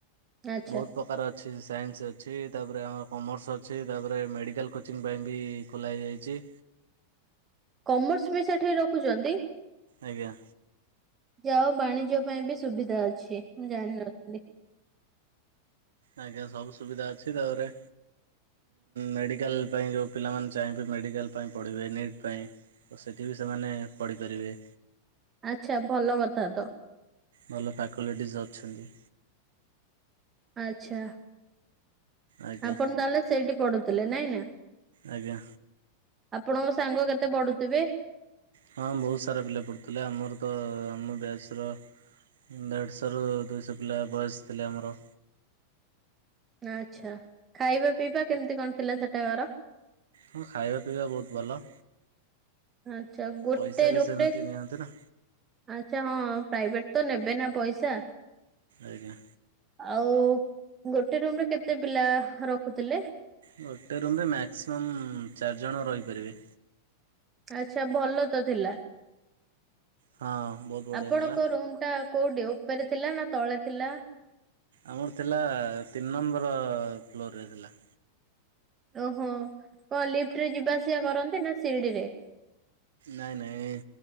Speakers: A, on the right; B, on the right.
A: ଆଚ୍ଛା
B: ବହୁତ ପ୍ରକାର ଅଛି ସାଇନ୍ସ ଅଛି ତାପରେ ଆମର କମର୍ସ ଅଛି ତାପରେ ମେଡ଼ିକାଲ କୋଚିଂ ପାଇଁ ବି ଖୋଲାଯାଇଛି।
A: କମର୍ସ ବି ସେଠି ରଖୁଛନ୍ତି?
B: ଆଜ୍ଞା।
A: ଯାଉ ବାଣିଜ୍ୟ ପାଇଁ ବି ସୁବିଧା ଅଛି ମୁଁ ଜାଣିନଥିଲି।
B: ଆଜ୍ଞା ସବୁ ସୁବିଧା ଅଛି ତାପରେ ମେଡ଼ିକାଲ ପାଇଁ ଯେଉଁ ପିଲାମାନେ ଚାହିଁବେ ମେଡ଼ିକାଲ ପାଇଁ ପଢ଼ିବେ ନିଟ୍ ପାଇଁ ତ ସେଠି ବି ସେମାନେ ପଢ଼ିପାରିବେ।
A: ଆଚ୍ଛା ଭଲ କଥା ତ।
B: ଭଲ ଫ୍ୟାକଲ୍ଟିଜ ଅଛନ୍ତି।
A: ଆଚ୍ଛା।
B: ଆଜ୍ଞା
A: ଆପଣ ତାହେଲେ ସେଇଠି ପଢୁଥିଲେ ନାଇଁ ନା?
B: ଆଜ୍ଞା
A: ଆପଣଙ୍କ ସାଙ୍ଗ କେତେ ପଢୁଥିବେ?
B: ହଁ ବହୁତ ସାରା ପିଲା ପଢ଼ୁଥିଲେ ଆମର ତ ଆମ ବ୍ୟାଚର ଦେଢ଼ଶହରୁ ଦୁଇଶହ ପିଲା ବୟସ୍ ଥିଲେ ଆମର।
A: ଆଚ୍ଛା ଖାଇବା ପିଇବା କେମିତି କଣ ଥିଲା ସେଟାକାର?
B: ହଁ ଖାଇବା ପିଇବା ବହୁତ ଭଲ।
A: ଆଚ୍ଛା ଗୋଟେ
B: ପଇସା ବି
A: ରୁମରେ
B: ସେମିତି ନିଅନ୍ତି ନା
A: ଆଚ୍ଛା ହଁ ପ୍ରାଇଭେଟ ତ ନେବେ ନା ପଇସ।
B: ଆଜ୍ଞା।
A: ଆଉ ଗୋଟେ ରୁମରେ କେତେ ପିଲା ରଖୁଥିଲେ?
B: ଗୋଟେ ରୁମ୍ ମା୍ୟାକ୍ସିମମ୍ ଚାରିଜଣ ରହିପାରିବେ।
A: ଆଚ୍ଛା ଭଲ ତ ଥିଲା
B: ହଁ ବହୁତ ବଢ଼ିଆ
A: ଆପଣଙ୍କ
B: ଥିଲା।
A: ରୁମ ଟା କୋଉଠି ଉପରେ ଥିଲା ନା ତଳେ ଥିଲା?
B: ଆମର ଥିଲା ତିନି ନମ୍ବର ଫ୍ଲୋରରେ ଥିଲା।
A: ଓହୋ କଣ ଲିଫ୍ଟ ରେ ଯିବା ଆସିବା କରନ୍ତିେ ନା ସିଡି ରେ?
B: ନାଇଁ ନାଇଁ